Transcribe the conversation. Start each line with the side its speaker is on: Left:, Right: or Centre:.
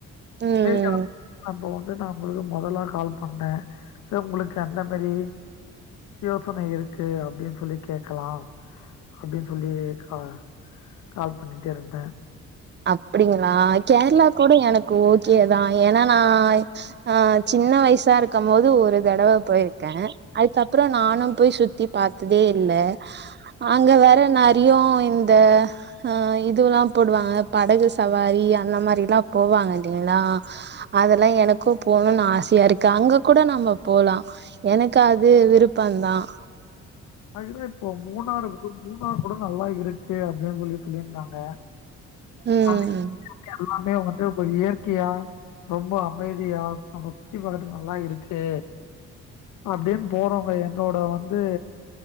Right: ம்
Left: <unintelligible> இப்ப வந்து நான் ஒங்களுக்கு மொதல்ல கால் பண்ணேன் உங்களுக்கு அந்த மாரி யோசனை இருக்கு அப்டின்னு சொல்லி கேக்கலாம் அப்டின்னு சொல்லி கா கால் பண்ணிட்டே இருந்தேன்
Right: அப்படிங்க நா கேரளா கூட எனக் ஓகேதான் ஏன்னா நான் ஆஹ் சின்ன வயசா இருக்கும் போது ஒரு தடவ போயிருக்கேன் அதுக்கப்புறம் நானும் போய் சுத்தி பாத்ததே இல்ல அங்க வேற நரியு இந்த ஆஹ் இதுல்லாம் போடுவாங்க படகு சவாரி அந்த மாரில்லாம் போவாங்க இல்லைங்களா அதெல்லாம் எனக்கும் போனோன்னு ஆசையா இருக்கு அங்க கூட நாம போலாம் எனக்கு அது விருப்பந்தான்
Left: அதுதா இப்போ மூணாறு போய் மூணாறு குடும்ப நல்லா இருக்கு அப்டின்னு சொல்லி சொல்லியிருந்தாங்க
Right: ம்
Left: அப்டி <unintelligible> இயற்கையா ரொம்ப அமைதியா நம்ம சுத்தி பாக்கறதுக்கு நல்லா இருக்கு அப்டின்னு போறவங்க என்னோட வந்து